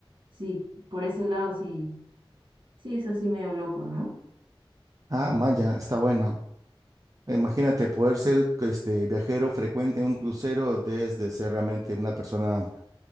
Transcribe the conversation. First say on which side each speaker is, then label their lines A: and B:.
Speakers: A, on the right (about 60°); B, on the right (about 35°).
A: sí, por ese lado sí, sí es así medio loco, ¿no?
B: Ah, Maya, está bueno. Imagínate poder ser este viajero frecuente en un crucero desde ser realmente una persona